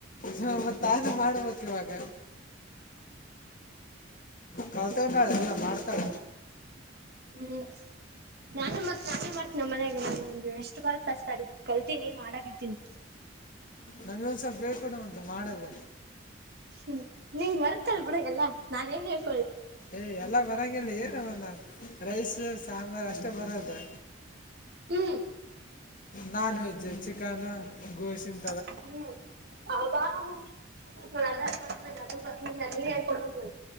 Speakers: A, on the left; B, on the right.
A: ಹು ಮತ್ ನಾನು ಮಾಡ್ಬೇಕ್ ಇವಾಗ ಕಲ್ತ್ಕೊಂಡಳ ಎಲ್ಲಾ ಮಾಡ್ತಳ
B: ಹ್ಮ್ ನಾನು ಮತ್ ನಾನು ಮಾಡ್ತೀನ್ ನಮ್ಮ ಮನೆಯಾಗ ನಂಗೆ ಎಷ್ಟು ಬೇಕ್ ಕಲ್ತಿನಿ ಮಾಡಕತ್ತಿನಿ
A: ನಮ್ಗ ಒಂದ್ ಸ್ವಲ್ಪ ಹೇಳ್ ಕೊಡು ಮತ್ ಮಾಡದ
B: ಹ್ಮು ನಿಂಗ್ ಬರ್ತಲ್ ಬಿಡು ಎಲ್ಲಾ ನಾನೇನ್ ಹೇಳ್
A: ಏ್ ಎಲ್ಲ ಬರಂಗಿಲ್ಲ ಏನು ಒಂದ ರೈಸ್ ಸಾಂಬಾರ್ ಅಷ್ಟೇ ಬರದು
B: ಹ್ಮ
A: ನಾನ್ ವೆಜ್ಜ್ ಚಿಕನ್ ಗೋಶಿನ
B: <unintelligible> ಆಧಾರ್ ಮಾಡ ಅಡು ಬ ಹೇಳ್ಕ ಕೊಡ್ಬೇಕು